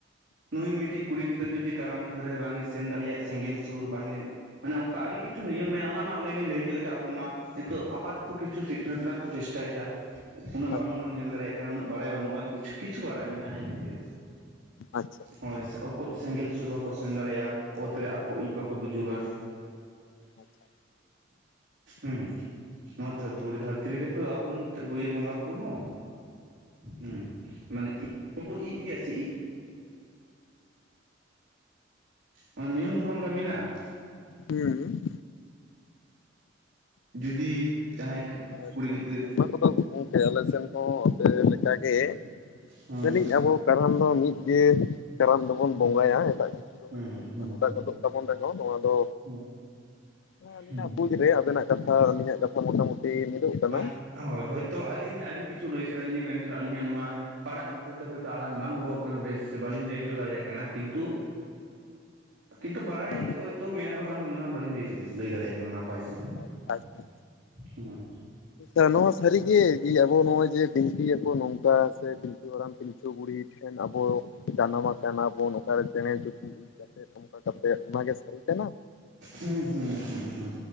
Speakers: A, on the right; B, on the left.
A: ᱱᱩᱭ ᱢᱤᱫᱴᱤᱡ ᱠᱩᱲᱤ ᱜᱤᱫᱟᱹᱨ ᱡᱩᱫᱤ ᱠᱟᱨᱟᱢ ᱮ ᱦᱟᱹᱨ ᱨᱮ ᱵᱟᱝ ᱮ ᱥᱮᱱ ᱫᱟᱲᱮᱭᱟᱜ ᱥᱮᱸᱜᱮᱞ ᱥᱩᱨ ᱵᱟᱝ ᱮ ᱢᱟᱱᱮ ᱚᱱᱠᱟ ᱟᱹᱰᱤ ᱠᱤᱪᱷᱩ ᱱᱤᱭᱚᱢ ᱢᱮᱱᱟᱜᱼᱟ ᱚᱱᱟ ᱢᱟ ᱚᱱᱮ ᱞᱤᱧ ᱞᱟᱹᱭ ᱠᱮᱫ ᱞᱮᱠᱟ ᱟᱵᱚ ᱢᱟ ᱱᱤᱛᱚᱜ ᱟᱯᱟᱛ ᱠᱚ ᱠᱤᱪᱷᱩ ᱥᱤᱠᱷᱱᱟᱹᱛ ᱨᱮᱱᱟᱜ ᱠᱚ ᱪᱮᱥᱴᱟᱭᱫᱟ ᱩᱱᱟᱹᱜ ᱵᱟᱝᱵᱚᱱ
B: ᱟᱪᱪᱷᱟ
A: ᱧᱮᱞ ᱫᱟᱲᱮᱭᱟᱜ ᱠᱟᱱᱟ ᱩᱱᱟᱹᱜ ᱵᱟᱲᱟᱭ ᱵᱟᱹᱱᱩᱜᱼᱟ ᱠᱤᱪᱷᱩ ᱠᱤᱪᱷᱩ ᱵᱟᱲᱟᱭ ᱢᱮᱱᱟᱜᱼᱟ ᱤᱱᱠᱟᱹ
B: ᱟᱪᱪᱷᱟ
A: ᱦᱳᱭ ᱚᱠᱩᱫ ᱥᱮᱸᱜᱮᱞ ᱥᱩᱨ ᱵᱟᱠᱚ ᱥᱮᱱ ᱫᱟᱲᱮᱭᱟᱜᱼᱟ ᱚᱛ ᱨᱮ ᱟᱠᱚ ᱤᱡ ᱵᱟᱠᱚ ᱵᱩᱡᱩᱨᱟ
B: ᱟᱪᱪᱷᱟ
A: ᱦᱩᱸ ᱱᱚᱣᱟ ᱫᱷᱚ ᱫᱷᱩᱲᱤ ᱫᱷᱟᱹᱨᱛᱤ ᱨᱮᱜᱮ ᱛᱚ ᱟᱵᱚ ᱨᱮᱱ ᱵᱚᱸᱜᱟ ᱵᱩᱨᱩ ᱦᱚᱸ ᱦᱩᱸ ᱢᱟᱱᱮ... <unintelligible> ᱤᱫᱤ ᱜᱮᱭᱟ ᱥᱤ ᱤᱡ ᱢᱟᱱᱮ ᱱᱤᱭᱚᱢ ᱫᱷᱚᱨᱚᱢ ᱨᱮ ᱢᱮᱱᱟᱜᱼᱟ
B: ᱦᱩᱸ
A: ᱡᱩᱫᱤ ᱡᱟᱦᱟᱭᱤᱡ ᱠᱩᱲᱤ
B: ᱟᱪᱪᱷᱟ
A: ᱜᱤᱫᱟᱹᱨ
B: ᱟᱪᱪᱷᱟ ᱚᱱᱟ ᱠᱚᱫᱚ ᱜᱚᱝᱠᱮ ᱟᱞᱮ ᱥᱮᱱ ᱦᱚᱸ ᱟᱯᱮ ᱞᱮᱠᱟᱜᱮ
A: ᱦᱮᱸ
B: ᱡᱟᱹᱱᱤᱡ ᱟᱵᱚ ᱠᱟᱨᱚᱱ ᱫᱚ ᱢᱤᱫᱜᱮ ᱠᱟᱨᱟᱢ ᱫᱚᱵᱚᱱ
A: ᱦᱩᱸ
B: ᱵᱚᱸᱜᱟᱭᱟ ᱮᱴᱟᱜ ᱠᱤᱪᱷᱩ ᱫᱚ
A: ᱦᱩᱸ
B: ᱠᱟᱹᱴᱤᱡ
A: ᱦᱩᱸ
B: ᱟᱞᱟᱫᱟ
A: ᱦᱩᱸ
B: ᱜᱚᱫᱚᱜ ᱛᱟᱵᱚᱱ ᱨᱮᱦᱚᱸ ᱱᱚᱣᱟ ᱫᱚ
A: ᱦᱩᱸ
B: ᱦᱮ ᱟᱹᱞᱤᱧᱟᱜ
A: ᱦᱩᱸ
B: ᱵᱩᱡ ᱨᱮ ᱟᱵᱮᱱᱟᱜ ᱠᱟᱛᱷᱟ ᱟᱹᱞᱤᱧᱟᱜ ᱠᱟᱛᱷᱟ ᱢᱚᱴᱟᱢᱩᱴᱤ ᱢᱤᱫᱚᱜ ᱠᱟᱱᱟ
A: ᱢᱟᱱ ᱦᱳᱭ ᱦᱳᱭᱛᱳ ᱟᱹᱞᱤᱧ ᱟᱹᱰᱤ ᱠᱤᱪᱷᱩ ᱞᱟᱹᱭ ᱥᱟᱱᱟᱭᱮᱫ ᱞᱤᱧᱟ ᱢᱮᱱᱠᱷᱟᱱ ᱟᱹᱞᱤᱧᱟᱜ ᱱᱚᱣᱟ ᱯᱟᱲᱟᱜ ᱢᱪᱷᱟᱛᱮ ᱦᱚᱭᱛᱚ ᱟᱲᱟᱝ ᱵᱟᱝ ᱩᱰᱩᱠᱚᱜ ᱠᱟᱱᱟ ᱵᱮᱥ ᱥᱮ ᱵᱟᱞᱤᱧ ᱞᱟᱹᱭ ᱦᱚᱪᱚ ᱫᱟᱲᱮᱭᱟᱜ ᱠᱟᱱᱟ᱾ ᱠᱤᱱᱛᱩ ᱠᱤᱱᱛᱩ ᱵᱟᱲᱟᱭ
B: ᱦᱩᱸ ᱦᱩᱸ
A: ᱦᱳᱭᱛᱳ ᱢᱮᱱᱟᱜ ᱨᱮᱦᱚᱸ ᱟᱹᱞᱤᱧ ᱚᱱᱟ ᱵᱟᱹᱞᱤᱧ ᱞᱟᱹᱭ ᱞᱟᱹᱭ ᱫᱟᱲᱮᱭᱟᱜ ᱠᱟᱱᱟ ᱱᱟᱯᱟᱭ ᱥᱟᱦᱤᱡ
B: ᱟᱪᱪᱷᱟ ᱟᱪᱪᱷᱟ
A: ᱦᱩᱸ
B: ᱟᱪᱪᱷᱟ ᱱᱚᱣᱟ ᱥᱟᱹᱨᱤᱜᱮ ᱡᱮ ᱟᱵᱚ ᱱᱚᱜᱼᱚᱭ ᱡᱮ ᱵᱤᱱᱛᱤᱭᱟᱠᱚ ᱱᱚᱝᱠᱟ ᱥᱮ ᱯᱤᱞᱪᱩ ᱦᱟᱲᱟᱢ ᱯᱤᱞ ᱪᱩ ᱵᱩᱲᱦᱤ ᱴᱷᱮᱱ ᱟᱵᱚ ᱡᱟᱱᱟᱢ ᱟᱠᱟᱱᱟ ᱵᱚᱱ ᱚᱠᱟᱨᱮ ᱪᱮᱸᱬᱮᱸ ᱪᱩᱯᱩᱬ ᱤᱡ ᱠᱟᱛᱮ ᱠᱟᱛᱷᱟᱛᱮ ᱚᱱᱟᱜᱮ ᱥᱟᱹᱨᱤ ᱠᱟᱱᱟ?
A: ᱦᱩᱸ ᱦᱩᱸ ᱦᱩᱸ ᱦᱩᱸ